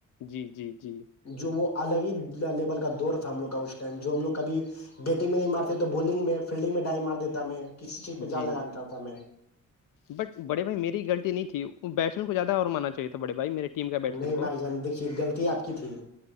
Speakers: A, on the left (about 85°); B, on the left (about 55°).
A: جی جی جی
B: جو وہ الگ ہی لیول کا دور تھا ہم لوگ کا اس ٹائم جو ہم لوگ کبھی بیٹنگ میں نہیں مارتے تو بالنگ میں فیلڈنگ میں ڈائی مار دیتا میں کسی چیز پہ جان
A: جی
B: لگ دیتا تھا میں
A: بٹ بڑے بھائی میری غلطی نہیں تھی بیٹسمین کو زیادہ اور ماننا چاہیے تھا بڑے بھائی میرے ٹیم کا بیٹسمین
B: نہیں
A: کو
B: بھائی جان دیک غلط آپ کی تھی